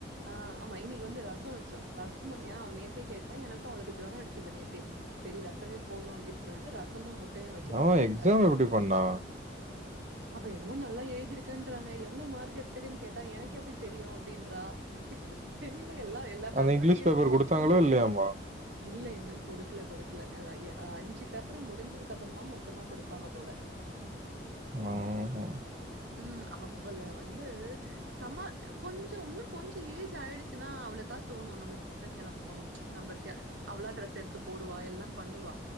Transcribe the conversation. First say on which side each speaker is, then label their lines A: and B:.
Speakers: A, on the right; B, on the right.
A: ஆ ஆமா இன்னிக்கி வந்து ரசோ வெச் ரசமா ஏ அவ நேத்தே கேட்டா எனக்கோ அவ்ளுக்கோ ஜொரோ அடிச்சுது நேத்தே செரி ரசமே போதோ அப்டீனு சொல்லிட்டு ரசமு முட்டையு வெச்சு
B: அவன்
A: குடுத்து விட்டாச்சு
B: எக்ஸாம் எப்படி பண்ணா?
A: அவ என்னமோ நல்லா எழுதிருக்கென்றாங்க எவ்ளோ மார்க் எடுத்துருக்கேன்னு கேட்டா எனக்கு எப்டி தெரியு அப்டீன்றா தெரியுல எல்லா எல்லா பேப்பரு
B: அந்த இங்கிலீஷ்
A: சேத்து
B: பேப்பர்
A: மொத்தமா
B: குடுத்தாங்களோ இல்லையாம்மா?
A: இல்ல இன்னு குடுக்கல குடுக்கல அதா எ அஞ்சு பேப்பரு முடிஞ்சதுக்கப்புறமா மொத்தமா குடுப்பாங்க போல
B: ஆஹா
A: ம் அவ்வள வந்து சம கொஞ்சோ இன்னு கொஞ்சோ ஏஜ் ஆயிடுச்சுன்னா அவளுக்கா தோணோ நம்ம சீக்கிரோ கெளம்பணோ நம்ம க அவ்வளா ட்ரெஸ் எடுத்து போடுவா எல்லா பண்ணுவா